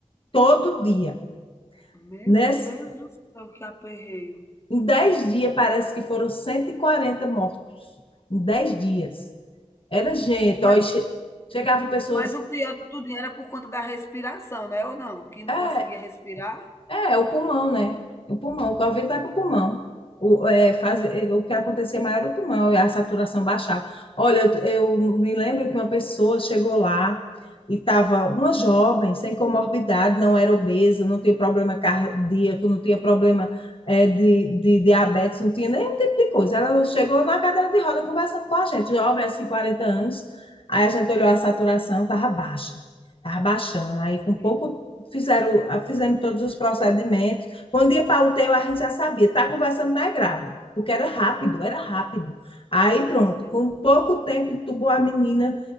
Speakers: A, on the left (about 50°); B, on the left (about 20°).
A: Todo dia.
B: Meu
A: Nesse,
B: Deus do céu, que aperreio.
A: em 10 dias, parece que foram 140 mortos. Em 10 dias. Era gente.
B: Mas
A: Ó, che chegava pessoas.
B: mas o pior de tudo era por conta da respiração, né, ou não? Que não
A: É,
B: conseguia respirar?
A: É, é o pulmão, né? O pulmão, o Covid vai para o pulmão. O, é, faz, é, o que acontecia maior era o pulmão, a saturação baixava. Olha, eu, eu me lembro que uma pessoa chegou lá e estava uma jovem, sem comorbidade, não era obesa, não tinha problema cardíaco, não tinha problema é, de, de diabetes, não tinha nenhum tipo de coisa. Ela chegou na cadeira de roda conversando com a gente, jovem, assim, 40 anos. Aí a gente olhou a saturação, estava baixa, estava baixando. Aí com
B: Sim,
A: pouco fizeram, ah, fizeram todos os procedimentos. Quando ia para o UTI, a gente já sabia, está conversando, não é grave, porque era rápido, era rápido. Aí pronto,
B: sim.
A: com pouco tempo entubou a menina.